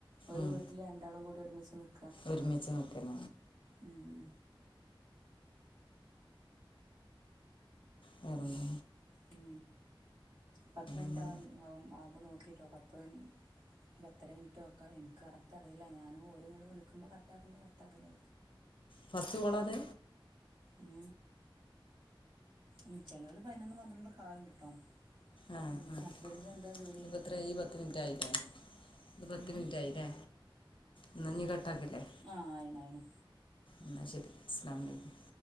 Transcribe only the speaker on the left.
ഉം
ഒരുമിച്ച് നൽക്കണ
ഉ എരുന്നു
നമ്മൾ
ഫസ്റ്റ് കോലാത്
ആ
ആ
ഇതിപ്പോൾ എത്ര ഈ പത്ത് മിനിറ്റ് ആയില്ലേ ഇത് പത്ത്
മിനിറ്റ്യല്ലേ. എന്നാ നീ കട്ട ആക്കല്ലേ
എന്നാ ശരി അസ്‌ലം അലൈകും.